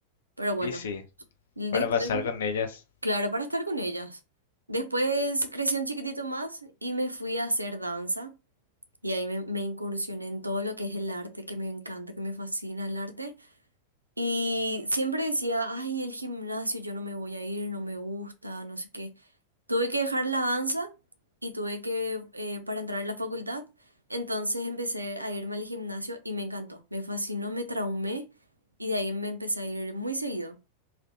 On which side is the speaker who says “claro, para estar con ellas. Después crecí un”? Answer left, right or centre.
Right